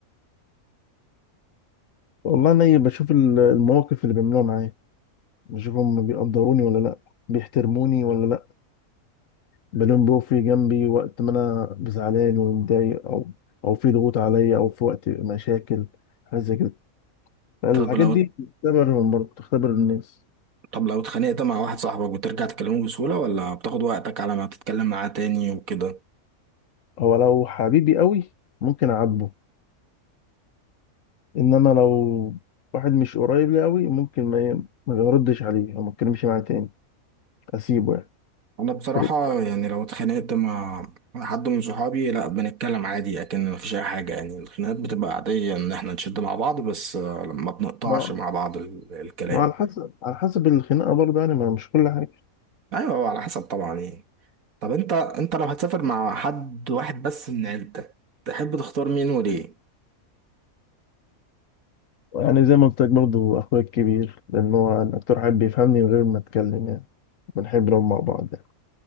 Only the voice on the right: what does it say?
طب لو
طب لو اتخانقت مع واحد صاحبك بترجع تكلمه بسهولة ولا بتاخد وقتك على ما تتكلم معاه تاني وكده؟
انا بصراحة
يعني لو اتخانقت مع مع حد من صحابي لا بنتكلم عادي لكن مفيش اي حاجة يعني الخناقات بتبقى عادية ان احنا نشد مع بعض بس آه، ما بنقطعش
مع بعض ال- الكلام
ايوه هو على حسب طبعا يعني طب انت انت لو هتسافر مع حد واحد بس من عيلتك تحب تختار مين وليه؟